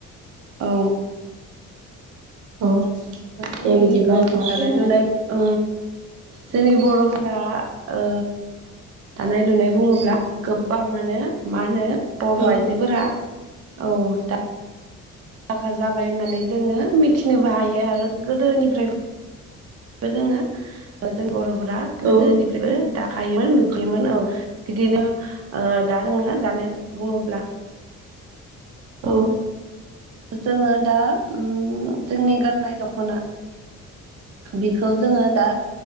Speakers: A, on the right; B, on the right.
A: औ।
B: औ।
A: जोंनि
B: दे बिदिब्ला
A: औ
B: नोंथाङा
A: दानाय
B: फोरमायना
A: लुनाय औ। जोंनि बर'फोरा ओ दानाय लुनाय बुङोब्ला गोबाङानो मा होनो? बर'
B: होदो।
A: आइजोफोरा औ दा बागा जाबाय होननानै जोङो मिथिनोबो हायो आरो गोदोनिफ्रायबो बोजोंङो जोङो जों बर' फोरा गोदोनिफ्रायबो
B: औ
A: दाखायोमोन लुखैयोमोन औ बिदिनो ओ दा जोङो दानाय बुङोब्ला
B: औ
A: जोङो दा ओम जोंनि गाननाय दख'ना बिखौ जोङो दा